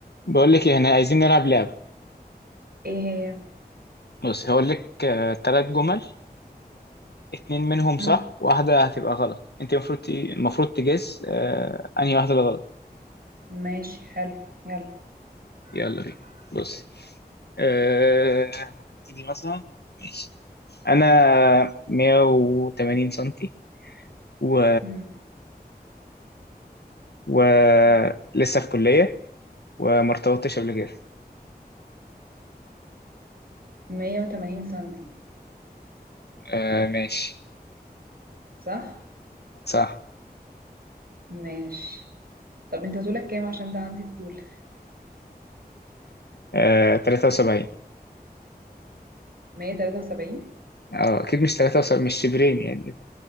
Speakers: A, on the left; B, on the right.
A: بقول لك إيه، احنا عايزين نلعب لعبة
B: ايه هي
A: بص هقول لك ثلاث جمل اتنين منهم صح
B: مم.
A: واحدة هتبقى غلط انت المفروض ت- المفروض تجس آه انهي واحدة اللي غلط
B: ماشي حلو يلا
A: يلا بينا بصي آه، نبتدي مثلا ماشي انا 180 سنتي و
B: مم.
A: و لسه في كلية وما ارتبطتش قبل كده
B: 180 سنتي
A: آه ماشي
B: صح
A: صح
B: ماشي طب انت طولك كام عشان ده عندي فضول
A: آه 73
B: 173
A: اه اكيد مش 73 مش شبرين يعني